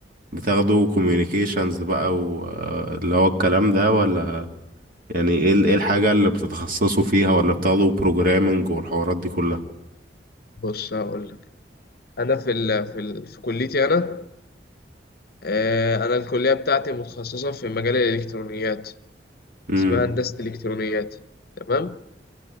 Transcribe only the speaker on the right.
بتاخدوا كوميونيكيشنز بقى واللي هو الكلام ده ولا يعني ايه ال- ايه الحاجة اللي بتتخصصوا فيها ولا بتاخدوا بروجرامنج والحوارات دي كلها
امم